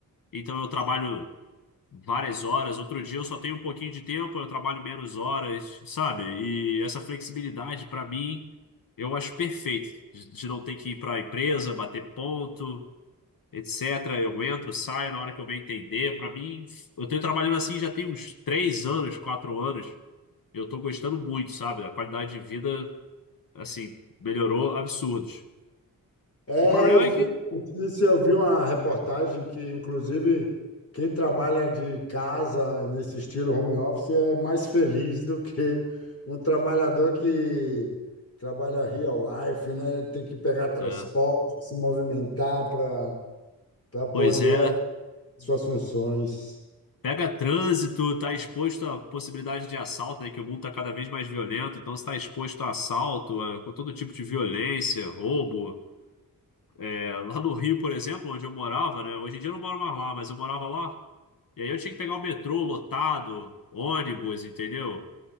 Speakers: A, on the left; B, on the left.
A: então eu trabalho várias horas, outro dia eu só tenho um pouquinho de tempo, eu trabalho menos horas, sabe? E essa flexibilidade, pra mim, eu acho perfeito, de de não ter que ir pra empresa, bater ponto. Etc. Eu entro, saio na hora que eu bem entender. Pra mim, eu tenho trabalhando assim já tem uns três anos, quatro anos. Eu tô gostando muito, sabe? A qualidade de vida, assim, melhorou absurdos.
B: É,
A: O problema
B: eu
A: é
B: vi
A: que,
B: uma notícia, eu vi uma reportagem que, inclusive, quem trabalha de casa nesse estilo home office é mais feliz do que um trabalhador que trabalha real life, né? Tem que pegar transporte,
A: né,
B: se movimentar para para poder
A: pois é,
B: as suas funções.
A: pega trânsito, tá exposto à possibilidade de assalto, né? Que o mundo tá cada vez mais violento, então você tá exposto a assalto, a com todo tipo de violência, roubo. É, lá no Rio, por exemplo, onde eu morava, né? Hoje em dia eu não moro mais lá, mas eu morava lá. E aí eu tinha que pegar o metrô lotado, ônibus, entendeu?